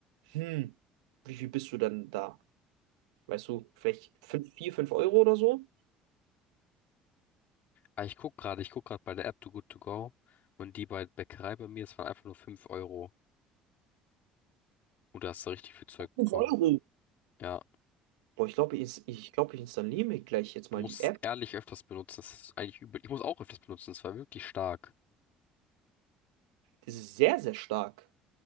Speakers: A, on the right; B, on the left.
A: Hm, wie viel bist du denn da? Weißt du, vielleicht 5, 4, 5 Euro oder so?
B: Ah, ich guck gerade, ich guck gerade bei der App Too Good To Go und die bei Bäckerei bei mir, es waren einfach nur 5 Euro. Und da hast du richtig viel Zeug
A: fünf
B: bekommen.
A: Euro.
B: Ja,
A: Boah, ich glaube, ich, ins- ich, glaub, ich installiere mir gleich jetzt
B: du
A: mal
B: musst
A: die App.
B: es ehrlich öfters benutzen. Das ist eigentlich übel. Ich muss auch öfters benutzen. Es war wirklich stark.
A: Das ist sehr, sehr stark.